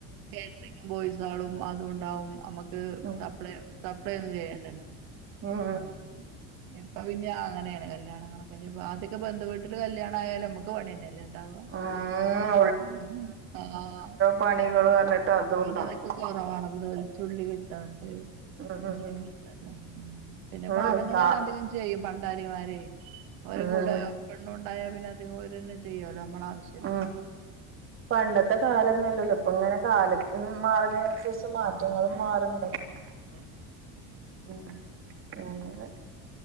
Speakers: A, on the right (about 70°); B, on the right (about 35°).
A: കേറ്ററിംഗ് ബോയ്സ് ആളും അതുകൊണ്ടാവും നമ്മക്ക്
B: ഉം
A: സപ് സപ്പ്ളെ സപ്പ്ളെ ഒന്നും ചെയ്യണ്ടല്ലോപ്പ
B: ഉം
A: പിന്ന അങ്ങനെയാണ് കല്യാണൊക്കെ അതൊക്കെ ബന്ധു വീട്ടില് കല്യാണ ആയാലും നമുക്ക് പണി ന്നലെ ണ്ടാവാ
B: ഉം
A: ആഹ് ആഹ് ആഹ്
B: പണികൾ പറഞ്ഞിട്ട് അതും
A: അഹ്
B: ഉണ്ടാക്കും
A: പിന്നെ അതൊക്കെ കുറവാണത് വെളുത്തുള്ളി ണ്ട്
B: ഉം
A: അങ്ങനൊക്കെ
B: ഉം
A: ഉണ്ടല്ലോ പിന്നെ
B: ഉം
A: ആണുങ്ങൾ
B: ഉം കാ
A: അധി ചെയ്യും പണ്ടാരിമാരെയും ഒരേ
B: ഉം
A: കൂടെ പെണ്ണു ഉണ്ടാ പിന്നെ അധികം ഒന്നെ ചെയ്യാല്ല നമ്മള്ളെ ആവി
B: ഉം പണ്ടത്തെ കാലന്നല്ലല്ലോ ഇപ്പൊ ഇങ്ങനെ കാല മാറുന്ന മാറ്റങ്ങളും
A: ആഹ്
B: മാറണ്ടല്ലോ
A: അതന്നെ
B: ഉം അങ്ങനെ